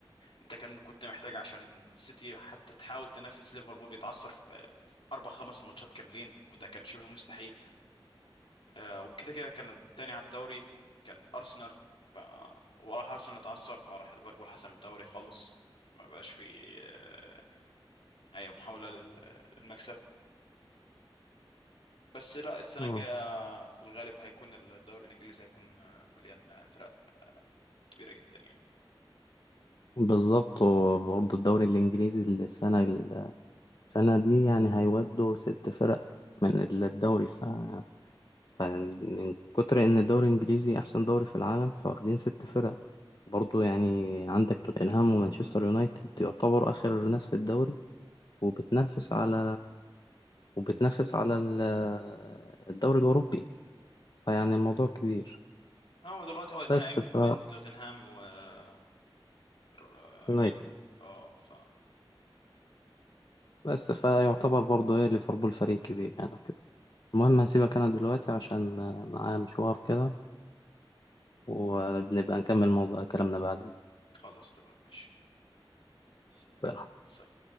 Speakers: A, on the left; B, on the left.
A: انت كان كنت محتاج عشان السيتي حتى تحاول تنافس ليفربول بيتعثر في اربع خمس ماتشات كاملين وده كان شبه مستحيل آه، وكده كده كان التاني على الدوري كان ارسنال ف وراح ارسنال اتعثر فراح ليفربول حسم الدوري خالص ما بقاش في آه، اي محاولة لل- للمكسب بس لا السنة
B: آه.
A: الجاية في الغالب هيكون الدوري الانجليزي هيكون آه، مليان فرق كبيرة جدا يعني
B: بالظبط وبرضه الدوري الإنجليزي السنة السنة دي يعني هيودوا ست فرق من الدوري ف... فمن كتر إن الدوري الإنجليزي أحسن دوري في العالم فواخدين ست فرق برضه يعني عندك توتنهام ومانشستر يونايتد يعتبروا آخر ناس في الدوري وبتنافس على وبتنافس على ال- الدوري الأوروبي فيعني الموضوع كبير
A: هو دلوقتي هو النهائي
B: بس ف
A: بين توتنهام ومانشستر آه،
B: يونايتد
A: يونايتد اه ف
B: بس فيعتبر برضه إيه ليفربول فريق كبير يعني المهم هسيبك أنا دلوقتي عشان آه، معايا مشوار كده وبنبقى نكمل موضوع كلامنا بعدين
A: خلاص تمام ماشي
B: سلام
A: سلام